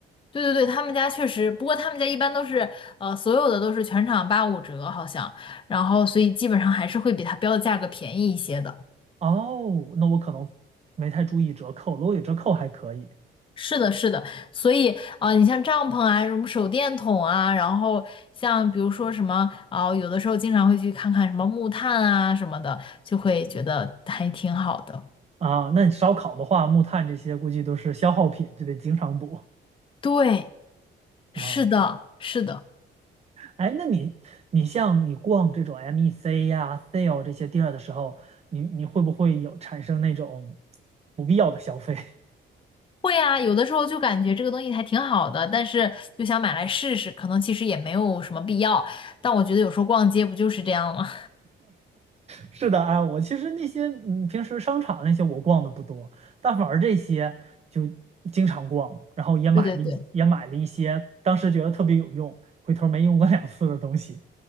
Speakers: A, on the left; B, on the right.
A: 对对对，他们家确实，不过他们家一般都是，呃，所有的都是全场八五折，好像，然后所以基本上还是会比它标的价格便宜一些的。
B: 哦，那我可能没太注意折扣，如果有折扣还可以
A: 是的，是的，所以啊、呃你像帐篷啊，什么手电筒啊，然后像比如说什么啊、有的时候经常会去看看什么木炭啊什么的，就会觉得还挺好的。
B: 啊。那你烧烤的话，木炭这些估计都是消耗品，就得经常补
A: 对，是的，
B: 啊。
A: 是的。
B: 哎，那你你像你逛这种 MEC 呀、sale 这些地儿的时候，你你会不会有产生那种不必要的消费？<laughs>
A: 会啊，有的时候就感觉这个东西还挺好的，但是就想买来试试，可能其实也没有什么必要。但我觉得有时候逛街不就是这样吗？
B: 是的哎，我其实那些嗯平时商场那些我逛的不多，但反而这些就经常逛，然后也买了一也买了一些当时觉得特别有用，
A: <laughs> 对对对。
B: 回头没用过两次的东西。